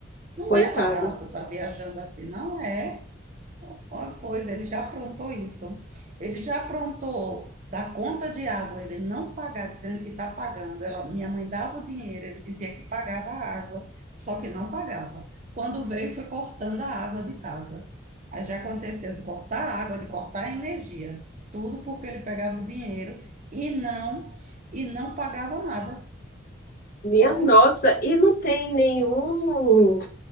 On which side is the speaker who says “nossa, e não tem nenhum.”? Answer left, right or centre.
Left